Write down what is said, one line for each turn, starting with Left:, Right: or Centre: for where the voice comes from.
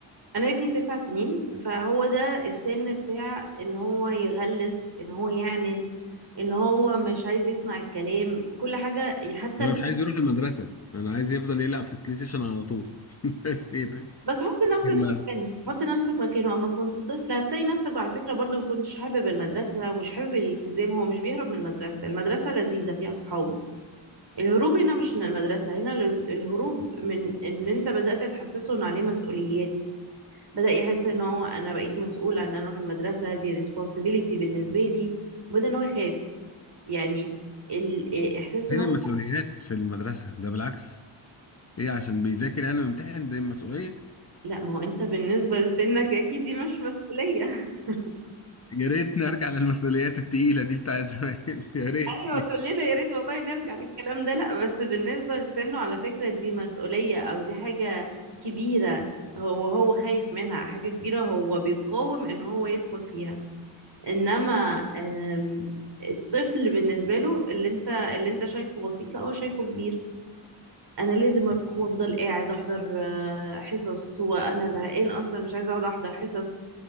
Right: انا ابني تسع سنين فهو ده السن بتاع ان هو يغلس ان هو يعند ان هو مش عايز يسمع الكلام كل حاجة حتى
Left: انا
Right: الم...
Left: مش عايز يروح المدرسة انا عايز يفضل يلعب في البلاي ستيشن على طول <laughs> بس ايه ده؟
Right: بس حط نفسك
Left: لما-
Right: مكانه حط نفسك مكانه اما كنت طفل هتلاقي نفسك وعلى فكرة برضو ما كنتش حابب المدرسة ومش حابب الالتزام هو مش بيهرب من المدرسة المدرسة لذيذة فيها اصحابه الهروب هنا مش من المدرسة هنا ال- الهروب من ان انت بدأت تحسسه ان عليه مسؤوليات بدأ يحس ان هو انا بقيت مسؤولة ان انا اروح المدرسة دي responsibility بالنسبة لي وبدأ ان هو يخاف يعني ال- إيه، احساسه
Left: فين
Right: ان هو
Left: المسؤوليات في المدرسة؟ ده بالعكس ايه عشان بيذاكر يعني ويمتحن ده المسؤولية؟
Right: لا ما هو انت بالنسبة لسنك اكيد دي مش مسؤولية <laughs>
Left: يا ريتني ارجع للمسؤوليات التقيلة دي بتاعت زمان <laughs> يا ريتني
Right: ايوه كلنا يا ريت والله نرجع للكلام ده لا بس بالنسبة لسنه على فكرة دي مسؤولية او دي حاجة كبيرة هو هو خايف منها حاجة كبيرة هو بيقاوم ان هو يدخل فيها انما آم، الطفل بالنسبة له اللي انت اللي انت شايفه بسيط لا هو شايفه كبير انا لازم اروح وافضل قاعد احضر آه، حصص وانا زهقان اصلا مش عايزه اقعد احضر حصص